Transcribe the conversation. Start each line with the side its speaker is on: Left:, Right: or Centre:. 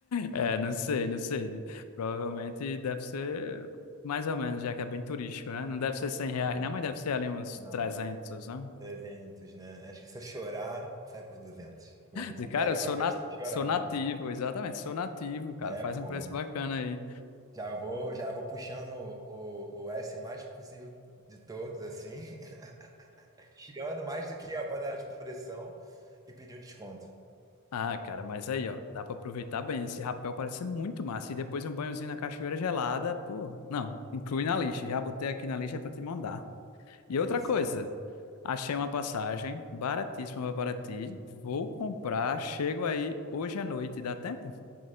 Left: É, não sei, não sei. Provavelmente deve ser mais ou menos, já que é bem turístico, né? Não deve ser cem reais,
Right: É,
Left: não, mas deve ser ali uns
Right: não,
Left: trezentos né?
Right: 300, né? Acho que se eu chorar, sai por 200. Como um bom
Left: Dizer, Cara,
Right: carioca,
Left: eu sou, na...
Right: a gente tem que chorar,
Left: sou nativo,
Right: né?
Left: exatamente, sou nativo, cara.
Right: É,
Left: Faz um
Right: pô.
Left: preço bacana aí.
Right: Já vou, já vou puxando o, o S mais possível de todos, assim. <laughs> Tirando mais do que a panela de pressão e pedir um desconto.
Left: Ah, cara, mas aí, ó, dá pra aproveitar bem. Esse rapel parece ser muito massa. E depois um banhozinho na cachoeira gelada, pô. Não, inclui na lista. Já botei aqui na lista pra te mandar. E
Right: É
Left: outra
Right: isso,
Left: coisa,
Right: cara.
Left: achei uma passagem baratíssima para Paraty. Vou comprar, chego aí hoje à noite, dá tempo?